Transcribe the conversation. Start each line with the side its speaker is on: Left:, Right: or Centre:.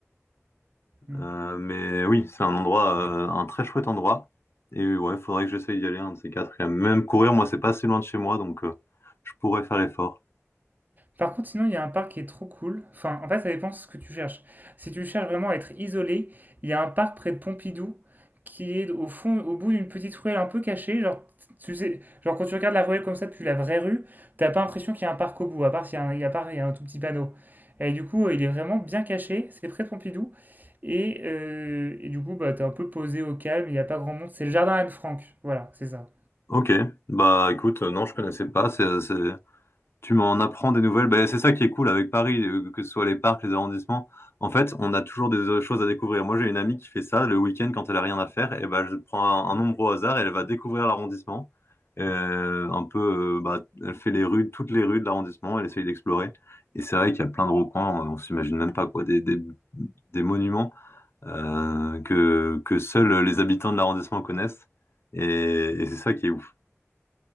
Right: Hmm.
Left: Euh, mais oui, c'est un endroit, euh, un très chouette endroit. Et ouais, faudrait que j'essaye d'y aller, un de ces quatre. Et même courir, moi, c'est pas assez loin de chez moi, donc euh, je pourrais faire l'effort.
Right: Par contre, sinon, il y a un parc qui est trop cool. Enfin, en fait, ça dépend de ce que tu cherches. Si tu cherches vraiment à être isolé, il y a un parc près de Pompidou qui est au fond, au bout d'une petite ruelle un peu cachée. Genre, tu sais, genre quand tu regardes la ruelle comme ça depuis la vraie rue, t'as pas l'impression qu'il y a un parc au bout, à part s'il y a un, à part il y a un tout petit panneau. Et du coup, euh, il est vraiment bien caché. C'est près de Pompidou. Et, euh, et du coup, bah, t'es un peu posé au calme. Il n'y a pas grand monde. C'est le jardin Anne Frank. Voilà, c'est ça.
Left: Ok, bah écoute, euh, non, je connaissais pas. C'est, c'est- Tu m'en apprends des nouvelles. Ben, c'est ça qui est cool avec Paris, euh, que ce soit les parcs, les arrondissements. En fait, on a toujours des euh, choses à découvrir. Moi, j'ai une amie qui fait ça le week-end quand elle a rien à faire. Et ben, je prends un, un nombre au hasard et elle va découvrir l'arrondissement. Euh, un peu, euh, bah, elle fait les rues, toutes les rues de l'arrondissement. Elle essaye d'explorer. Et c'est vrai qu'il y a plein de recoins. On, on s'imagine même pas quoi, des, des, des monuments euh, que que seuls les habitants de l'arrondissement connaissent. Et, et c'est ça qui est ouf.